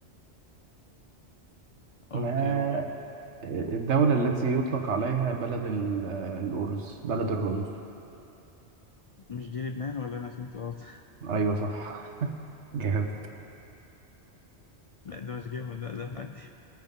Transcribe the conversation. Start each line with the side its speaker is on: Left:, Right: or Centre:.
Right: ما
Left: اوكي قول
Right: الدولة التي يطلق عليها بلد ال- الأرز بلد الرز
Left: مش دي لبنان ولا أنا فهمت غلط <laughs>
Right: أيوة صح <laughs> جامد
Left: لا ده مش جبنة لا ده عادي